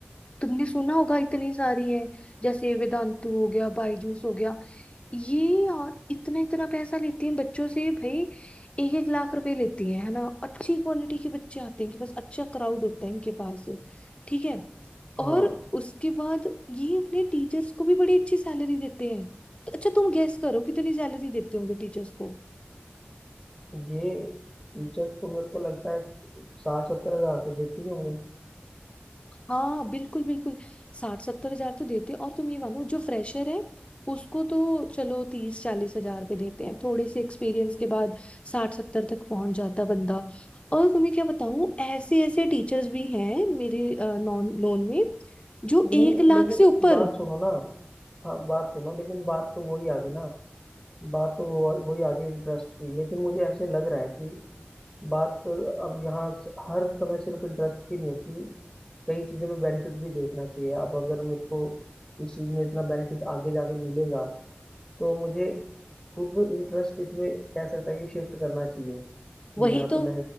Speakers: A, on the left; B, in the centre.
A: तुमने सुना होगा इतनी सारी है जैसे वेदांतु हो गया बायजूस हो गया ये और इतना इतना पैसा लेती हैं बच्चों से भाई एक एक लाख रुपए लेती हैं है ना अच्छी क्वालिटी के बच्चे आते हैं कि बस अच्छा क्राउड होता है इनके पास ठीक है
B: हाँ
A: और उसके बाद ये अपने टीचर्स को भी बड़ी अच्छी सैलरी देते हैं तो अच्छा तुम गैस करो कितनी सैलरी देते होंगे टीचर्स को
B: ये टीचर्स को मेरे को लगता है साठ सत्तर हजार तो देते ही होंगे
A: हाँ बिल्कुल बिल्कुल साठ सत्तर हजार तो देते हैं और तुम ये मानो जो फ्रेशर है उसको तो चलो तीस चालीस हजार पे देते हैं थोड़े से एक्सपीरियंस के बाद साठ सत्तर तक पहुंच जाता बंदा और तुम्हें क्या बताऊं ऐसे ऐसे टीचर्स भी हैं मेरे नॉन नोन में जो
B: नहीं
A: एक लाख
B: लेकिन
A: से ऊपर
B: बात सुनो ना हाँ बात सुनो लेकिन बात तो वही आ गई ना बात तो वो वही आ गई इंटरेस्ट की लेकिन मुझे ऐसे लग रहा है कि बात अब यहाँ स- हर समय सिर्फ इंटरेस्ट की नहीं होती कई चीजों में बेनिफिट भी देखना चाहिए अब अगर मेरे को इस चीज में इतना बेनिफिट आगे जाके मिलेगा तो मुझे खुद इंटरेस्ट इसमें कह सकता है कि शिफ्ट करना चाहिए कि
A: वही
B: मैं अपने
A: तो